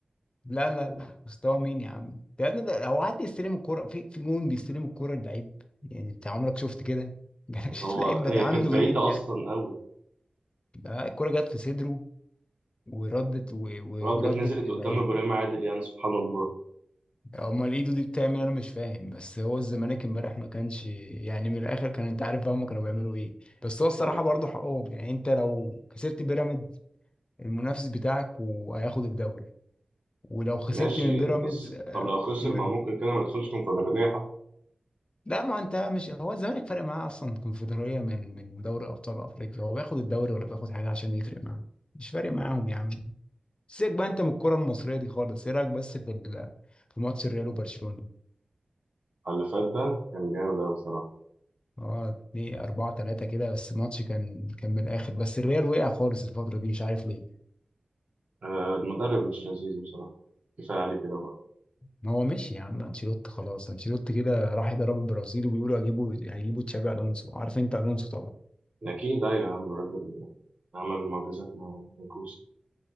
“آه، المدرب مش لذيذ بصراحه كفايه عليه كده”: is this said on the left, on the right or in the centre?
Right